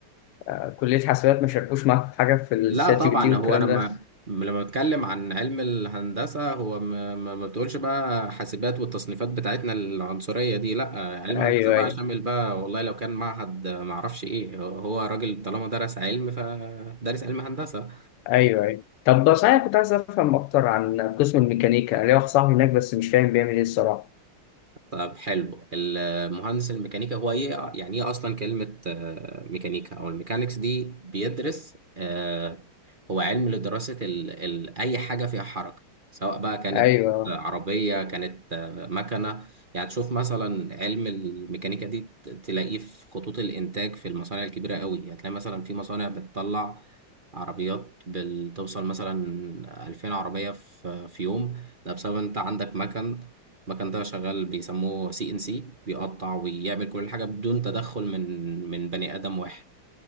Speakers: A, on the left; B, on the right.
A: آه، كلية حاسبات ما شاركوش معاك في حاجة في الشات
B: لا طبعا
A: جي بي تي والكلام
B: هو انا ما
A: ده
B: لما بتكلم عن علم الهندسه هو ما, ما ما بتقولش بقى حاسبات والتصنيفات بتاعتنا العنصريه دي لا علم
A: أيوه
B: هندسه بقى
A: أيوه
B: شامل بقى والله لو كان معهد آه، ما اعرفش ايه هو هو راجل طالما درس علم فدرس علم هندسه
A: أيوه أيوه طب ده صحيح كنت عايز أفهم أكتر عن قسم الميكانيكا ليا واحد صاحبي هناك بس مش فاهم بيعمل إيه الصراحة
B: طب حلو المهندس الميكانيكا هو ايه يعني ايه اصلا كلمة آه، ميكانيكا او الميكانيكس دي بيدرس آه، هو علم لدراسة ال ال اي حاجة فيها حركة سواء بقى كانت
A: أيوه
B: عربية كانت آه، مكنة يعني تشوف مثلا علم الميكانيكا دي ت- تلاقيه في خطوط الانتاج في المصانع الكبيرة قوي هتلاقي مثلا في مصانع بتطلع عربيات بتوصل مثلا 2000 عربية في في يوم ده بسبب انت عندك مكن المكن ده شغال بيسموه سي ان سي بيقطع ويعمل كل حاجة بدون تدخل من من بني آدم واحد